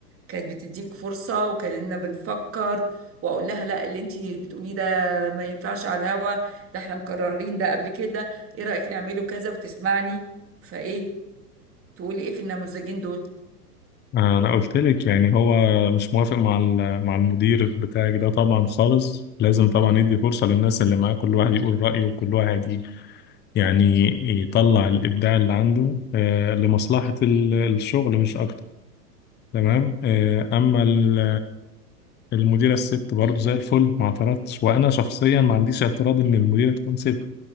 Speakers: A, on the right (about 25°); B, on the left (about 20°).
A: كانت بتديك فرصه وكاننا بنفكر واقول لها لا اللي انت بتقوليه ده ما ينفعش على الهوا ده احنا مقررين ده قبل كده ايه رايك نعمله كذا وتسمعني فايه تقولي ايه في النموذجين دول
B: آه، انا قلت لك يعني هو مش موافق مع ال... مع المدير بتاعك ده طبعا خالص لازم طبعا يدي فرصة للناس اللي معاه كل واحد يقول رأيه وكل واحد ي- يعني يطلع الابداع اللي عنده آه، لمصلحة ال- الشغل مش اكتر تمام آه، اما ال... المديرة الست برضه زي الفل ما اعترضتش وأنا شخصيا ما عنديش اعتراض إن المديرة تكون ست